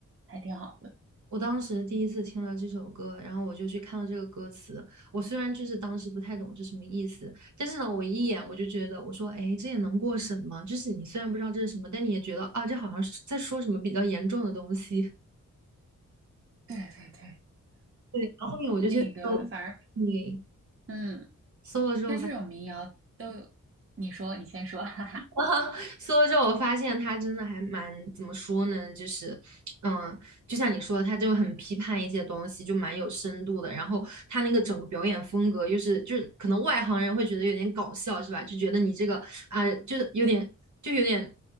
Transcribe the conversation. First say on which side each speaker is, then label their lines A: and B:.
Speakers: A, on the right; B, on the right.
A: 还挺好的。
B: 我当时第一次听了这首歌，然后我就去看了这个歌词。我虽然就是当时不太懂是什么意思，但是呢，我一眼我就觉得，我说，哎，这也能过审吗？就是你虽然不知道这是什么，但你也觉得啊，这好像是在说什么比较严重的东西。<laughs>
A: 对对对，
B: 对，然后后面我就去搜，
A: 那个反而，
B: 对，
A: 嗯，
B: 搜了之后。
A: 但这种民谣都有，
B: 发
A: 你说，你先说，<laughs> 哈哈，
B: <laughs> 搜了之后，我发现他真的还蛮怎么说呢？就是，嗯，就像你说的，他就很批判一些东西，就蛮有深度的。然后他那个整个表演风格，又是就是可能外行人会觉得有点搞笑，是吧？就觉得你这个啊、就是有点就有点